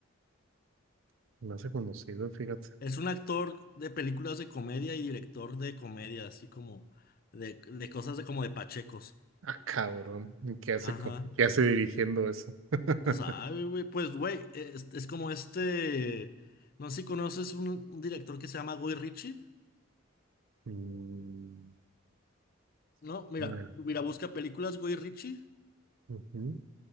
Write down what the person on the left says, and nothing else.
Es un actor de películas de comedia y director de comedia, así como de, de cosas de, como de pachecos.
Ajá.
no ¿Sabe, güey? Pues, güey, es, es como este. No sé si conoces un, un director que se llama Guy Ritchie.
No, mira,
mira, busca películas Guy Ritchie